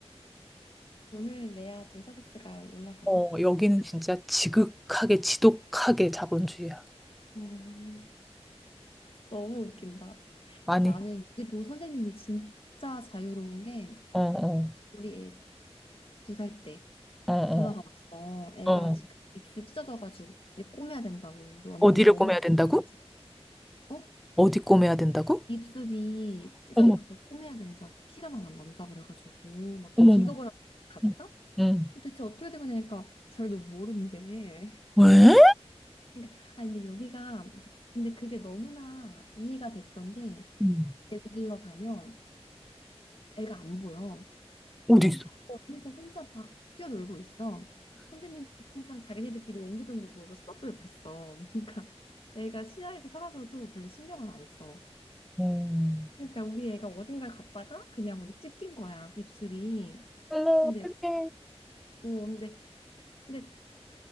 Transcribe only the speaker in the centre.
어, 여기는 진짜 지극하게, 지독하게 자본주의야.
많이.
어, 어,
어, 어,
어.
어디를
꼬매야 된다고?
어디 꼬매야 된다고?
어머,
어머,
어머.
응. 응.
왜?
응.
어디
있어?
음.
어머,
어떡해.